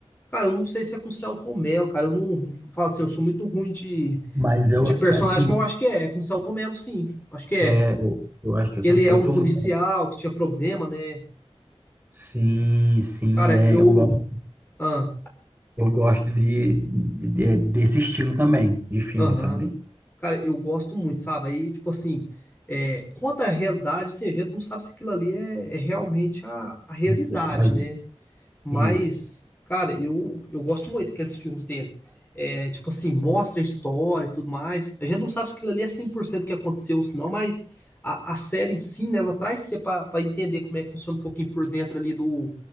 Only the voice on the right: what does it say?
mas eu,
é assim,
é, eu, eu acho que é
com
o Celto
Mello.
Sim, sim,
é,
eu gosto,
eu gosto de, de- é, desse estilo também, de filme,
sabe?
Mas, é, mas-
isso,